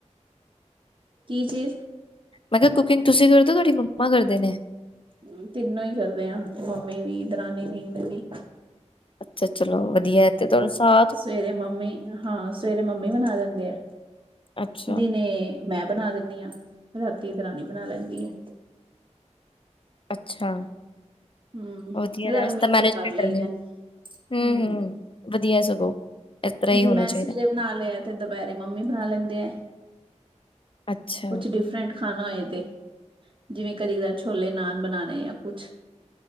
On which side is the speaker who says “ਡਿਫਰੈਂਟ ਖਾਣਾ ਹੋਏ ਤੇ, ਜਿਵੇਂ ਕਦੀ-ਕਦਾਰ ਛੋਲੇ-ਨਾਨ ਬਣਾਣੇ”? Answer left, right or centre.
Right